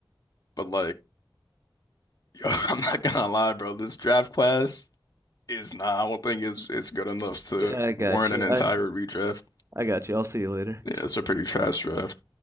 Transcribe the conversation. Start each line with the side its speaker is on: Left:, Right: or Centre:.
Left: But like, yo, <laughs> I'm not gonna lie, bro. This draft class is not. I don't think it's it's good enough to
Right: yeah, I got
Left: warrant
Right: you.
Left: an entire
Right: I
Left: redraft.
Right: I got you. I'll see you later.
Left: Yeah, it's a pretty trash draft.